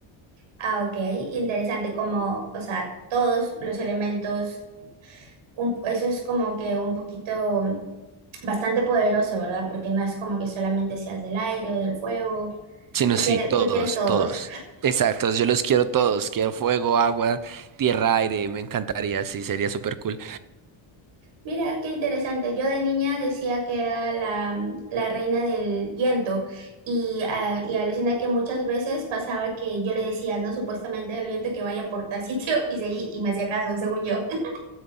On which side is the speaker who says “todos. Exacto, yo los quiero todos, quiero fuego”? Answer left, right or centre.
Right